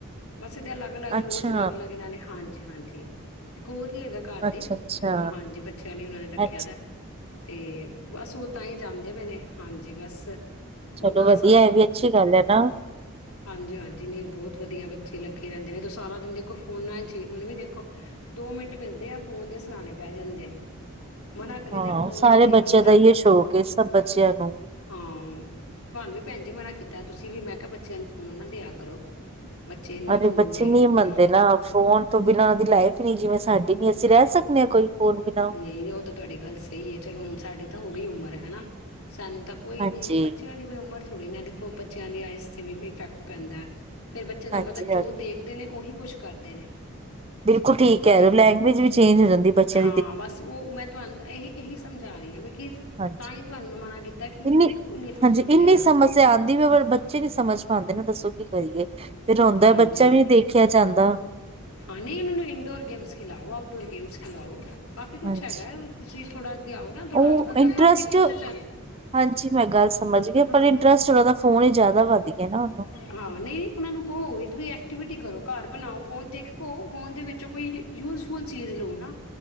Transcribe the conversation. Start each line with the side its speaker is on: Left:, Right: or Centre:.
Left: ਬਸ ਇਹ ਅੱ ਅਲੱਗ
Right: ਅੱਛਾ
Left: ਰੋਜ਼ ਅਲੱਗ ਅੱਗਨਾਂ ਨੇ ਹਨਾਂ ਹਾਂਜੀ ਹੈਗਾ ਘਰ
Right: ਅੱਛਾ
Left: ਦੇ
Right: ਅੱਛਾ
Left: ਉਹ ਹਾਂਜੀ ਬੱਚਿਆਂ ਉਹਨਾਂ ਦੇ
Right: ਅੱਛਾ ਅੱਛਾ
Left: ਦਾ ਤੇ ਅਤੇ ਬਸ ਉਹ ਤਾਂ ਹੀ ਜਾਂਦੇ ਪਏ ਨੇ ਹਾਂਜੀ ਬਸ
Right: ਚਲੋ
Left: ਓਦਾਂ ਦਾ
Right: ਵਧੀਆ ਇਹ ਵੀ ਅੱਛੀ ਗੱਲ ਹੈ ਨਾ
Left: ਹਾਂਜੀ ਹਾਂਜੀ ਨਹੀਂ ਬਹੁਤ ਵਧੀਆ ਬੱਚੇ ਲੱਗੇ ਰਹਿੰਦੇ ਨੇ ਤਾਂ ਸਾਰਾ ਦਿਨ ਦੇਖੋ ਫੋਨਾਂ ਚ ਹੀ ਹੁਣ ਵੀ ਦੇਖੋ ਦੋ ਮਿੰਟ ਮਿਲਦੇ ਆ ਫੋਨ ਦੇ ਸਲਾਣੇ ਪਹਿ ਜਾਂਦੇ ਨੇ ਮਨਾ ਕਰੀਦਾ
Right: ਹਾਂ
Left: ਫੋਨ
Right: ਸਾਰੇ
Left: ਨਹੀਂ ਦੇਖੀ
Right: ਬੱਚਿਆਂ
Left: ਦਾ
Right: ਹੀ ਸ਼ੌਕ ਹੈ ਸਭ ਬੱਚਿਆਂ ਨੂੰ
Left: ਹਾਂ ਭਣੂੰ ਵੀ ਭੈਣ ਜੀ ਮਨਾ ਕੀਤਾ ਤੁਸੀਂ ਵੀ ਮੈਂ ਕਿਹਾ ਬੱਚਿਆਂ ਨੂੰ ਫੋਨ ਨਾ ਦਿਆ ਕਰੋ ਬੱਚੇ ਇੰਨਾ
Right: ਹੇ
Left: ਫੋਨ
Right: ਬੱਚੇ
Left: ਦੇਖਦੇ
Right: ਨਹੀ ਮੰਨਦੇ
Left: ਨੇ।
Right: ਨਾ ਫੋਨ ਤੋਂ ਬਿਨਾਂ ਉਹ ਦੀ ਲਾਈਫ ਨੀ ਜਿਵੇਂ ਸਾਡੇ ਨੀ ਅਸੀਂ ਰਹਿ ਸਕਦੇ ਹਾਂ ਕੋਈ ਫੋਨ ਬਿਨਾਂ
Left: ਨਹੀਂ ਨਹੀਂ ਉਹ ਤਾਂ ਤੁਹਾਡੀ ਗੱਲ ਸਹੀ ਹੈ ਚਲੋ ਹੁਣ ਸਾਡੇ ਤਾਂ ਹੋ ਉਮਰ ਹੈਾ ਸਾਨੂੰ ਤਾਂ ਕੋਈ
Right: ਹਾਂਜੀ
Left: ਨੀ ਹੁਣ ਬੱਚਿਆਂ ਦੀ ਕੋਈ ਉਮਰ ਥੋੜ੍ਹੀ ਨਾ ਦੇਖੋ ਬੱਚਿਆਂ ਦੀ ਆਈਜ਼ ਤੇ ਵੀ ਇਫੈਕਟ ਪੈਂਦਾ ਹੈ ਫੇਿਰ ਬੱਚੇ ਤੁਹਾਨੂੰ
Right: ਹਾਂਜੀ
Left: ਪਤਾ
Right: ਹਾਂਜੀ
Left: ਜੋ ਦੇਖਦੇ ਨੇ ਉਹੀ ਕੁਛ ਕਰਦੇ ਨੇ
Right: ਬਿਲਕੁਲ ਠੀਕ
Left: ਤੁਹਾਡੀ
Right: ਹੈ ਯੋ ਲੈਂਗੁਏਜ ਵੀ ਚੇਂਜ ਹੋ ਜਾਂਦੀ ਬੱਚੇ
Left: ਹਾਂ ਬਸ ਉਹ ਮੈਂ ਤੁਹਾਨੂੰ ਇਹੀ ਇਹੀ ਸਮਝਾ ਰਹੀ ਹਾਂ ਵੀਕਿ
Right: ਹਾਂਜੀ
Left: ਤਾਂ ਹੀ ਤੁਹਾਨੂੰ ਮੈਂ ਮਨਾ ਕੀਤਾ ਕਿ
Right: ਇੰਨੀ
Left: ਬਿਲਕੁਲ ਨਹੀਂ ਫੋਨ
Right: ਹਾਂਜੀ ਇੰਨੀ
Left: ਦੇਣਾ
Right: ਸਮੱਸਿਆ ਆਂਦੀ ਵੀ ਬੱਚੇ ਨੀ ਸਮਝ ਪਾਉਂਦੇ ਨਾ ਦੱਸੋ ਕੀ ਕਰੀਏ ਫਿਰ ਆੋਂਦਾ
Left: ਹਾਂਜੀ,
Right: ਬੱਚਾ ਵੀ ਦੇਖਿਆ ਜਾਂਦਾ
Left: ਹਾਂ ਨਹੀਂ ਉਹਨਾਂ ਨੂੰ ਇੰਡੋਰ ਗੇਮਸ ਖਿਲਾਓ ਆਊਟਡੋਰ ਗੇਮਸ ਖਿਲਾਓ ਕਾਫੀ ਕੁਛ
Right: ਹਾਂਜੀ।
Left: ਹੈਗਾ ਤੁਸੀਂ ਥੋੜਾ ਦਿਓ ਨਾ ਥੋੜਾ
Right: ਉਹ
Left: ਅੱਜ ਕਲ ਤਾਂ
Right: ਇੰਟਰਸਟ
Left: ਕਾਫੀ ਚ
Right: ਹਾਂਜੀ ਮੈਂ ਗੱਲ ਸਮਝ ਗਈ
Left: ਹਾਂ
Right: ਪਰ ਇੰਟਰਸਟ ਉਹਦਾ ਫੋਨ ਹੀ ਜ਼ਿਆਦਾ ਵੱਧ ਗਿਆ ਨਾ ਉਹਨੂੰ
Left: ਹਾਂ ਨਹੀਂ ਉਹ ਨੂੰ ਘ ਐਕਟੀਵਿਟੀ ਕਰੋ ਘਰ ਬਣਾਓ ਫੋਨ ਦੇਖੋ ਫੋਨ ਦੇ ਵਿੱਚੋਂ ਕੋਈ ਯੂਜਫੁਲ ਚੀਜ਼ ਲਓ ਨਾ